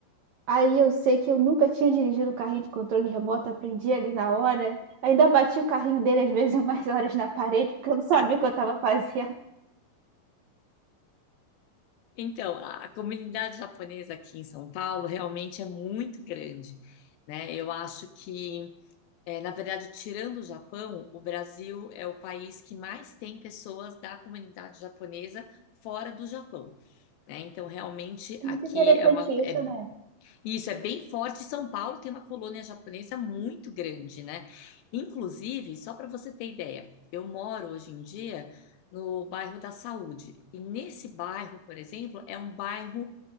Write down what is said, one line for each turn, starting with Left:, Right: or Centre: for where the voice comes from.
Right: Aí eu sei que eu nunca tinha dirigido um carrinho de controle remoto, aprendi ali na hora. Ainda bati o carrinho dele às vezes <laughs> umas horas na parede, porque eu não sabia
Left: <laughs>
Right: o que eu estava fazendo.
Left: Então, a a comunidade japonesa aqui em São Paulo realmente é muito grande, né? Eu acho que, eh, na verdade, tirando o Japão, o Brasil é o país que mais tem pessoas da comunidade japonesa fora do Japão, né? Então, realmente
Right: É
Left: aqui
Right: Muito interessante
Left: é uma, é-
Right: isso, né?
Left: isso é bem forte. São Paulo tem uma colônia japonesa muito grande, né? Inclusive, só para você ter ideia, eu moro hoje em dia no bairro da Saúde. E nesse bairro, por exemplo, é um bairro